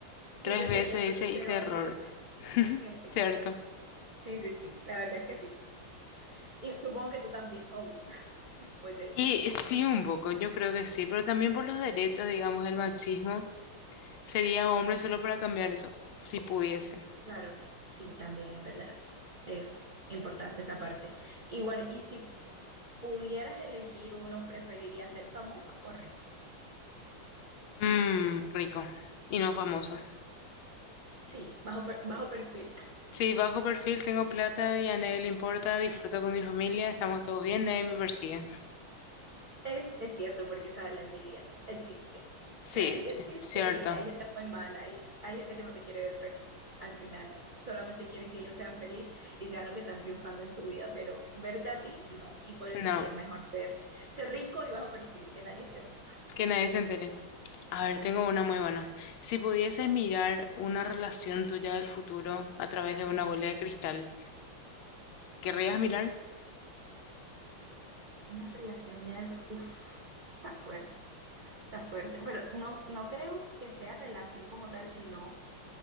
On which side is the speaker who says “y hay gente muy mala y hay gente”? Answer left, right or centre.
Right